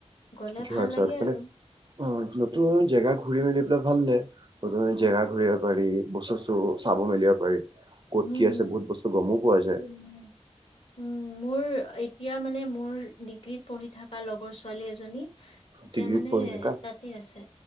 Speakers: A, on the left; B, on the right.
A: গ'লে
B: জহাৰ
A: ভাল
B: চ
A: লাগে
B: মানে
A: আৰু
B: অ নতুন জেগা ঘূৰি মেলি পেলাই ভালনে প্ৰথমে
A: উম,
B: জেৰা ঘূৰিব পাৰি বস্তু চু চাব মেলিব পাৰি
A: হুম,
B: ক'ত কি আছে
A: হুম,
B: বহুত বস্তু গমো পোৱা যায়
A: উম, উম মোৰ এতিয়া মানে মোৰ ডিগ্ৰীত পঢ়ি থকা লগৰ ছোৱালী এজনী এতিয়া
B: ডিগ্ৰীত
A: মানে
B: পঢ়ি থাকা
A: তাতে আছে